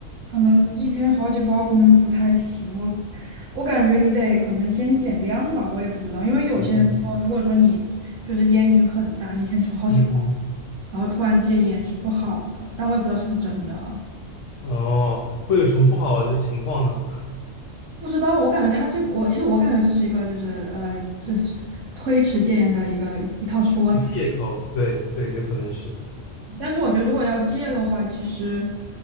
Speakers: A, on the right; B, on the left.
A: 可能一天好几包，可能不太行。我我感觉你得可能先减量吧，我也不知道，因为有些人说，
B: 嗯
A: 如果说你就是烟瘾很大，你一天抽好几包，
B: 嗯嗯
A: 然后突然戒烟是不好的，但我也不知道是不是真的啊。
B: 嗯，哦，会有什么不好的情况呢？<laughs>
A: 不知道，我感觉他这个，我其实我感觉这是一个就是呃，就是推迟戒烟的一个一一套说辞。
B: 一个借口，对对，也可能是。
A: 但是我觉得如果要戒的话，其实，